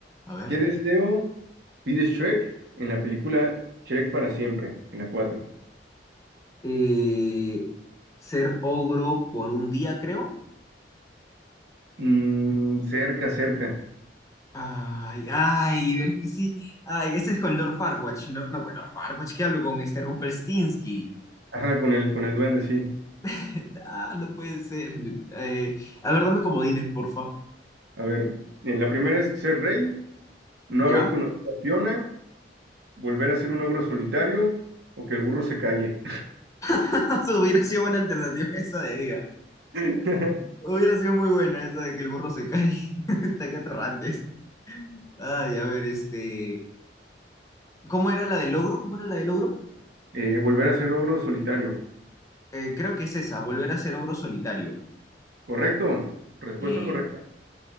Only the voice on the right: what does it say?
¿qué deseo pide Shrek en la película Shrek para siempre? En la cuatro.
Mm, cerca, cerca.
Ajá, con el, con el duende, sí.
A ver, en la primera es ser rey, no
haber conocido a Fiona, volver a ser un ogro solitario o que el burro se calle.
<laughs>
Eh, volver a ser ogro solitario.
¿Correcto? Respuesta
correcta.